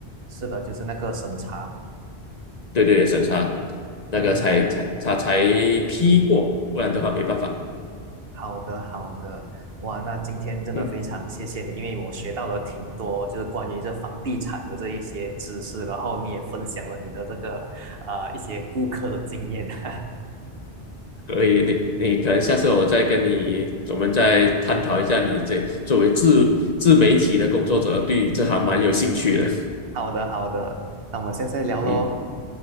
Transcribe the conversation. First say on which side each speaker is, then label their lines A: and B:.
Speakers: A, on the right (about 65°); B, on the left (about 45°).
A: 是的，就是那个审查。
B: 对对对，审查那个才才才才
A: 嗯，
B: 批过，不然的话没办法。
A: 好的，好的。哇，那今天真的非常谢谢你，
B: 嗯，
A: 因为我学到了挺多，就是关于这房地产的这一些知识，然后你也分享了你的这个啊一些顾客的经验。<laughs>
B: 所以你你可能下次我再跟你，我们再探讨一下你这作为自自媒体的工作者，对你这行蛮有兴趣的。
A: 好的，好的。那我们下次再聊喽。
B: 嗯，